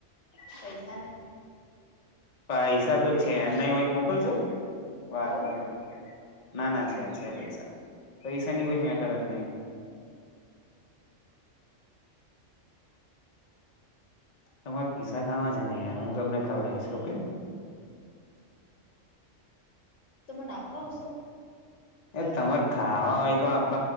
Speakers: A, on the left; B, on the left.
A: અ
B: પૈસા ને
A: પૈસા તો છે નહી હોય તો મોકલશો? વાત
B: હોવ
A: કર. ના ના છે છે પૈસા, પૈસા ની કોઈ મેટર જ નહી. તમારે પૈસા ખાવા છે ને યાર હું તમને ખવડાવીશ ઓકે.
B: તમ મને આપવશો?
A: એ તમારે ખાવા હોય તો આપ